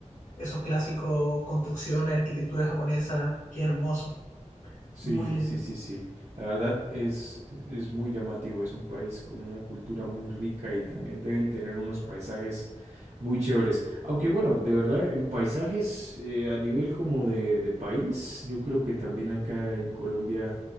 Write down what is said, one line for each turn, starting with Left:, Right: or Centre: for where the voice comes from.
Left: esos clásicos, construcciones, arquitectura japonesa, qué hermoso,
Right: Sí,
Left: muy lindo.
Right: sí, sí, sí. La verdad es, es muy llamativo. Es un país con una cultura muy rica y también deben tener unos paisajes muy chéveres. Aunque bueno, de verdad, en paisajes eh, a nivel como de, de país, yo creo que también acá en Colombia,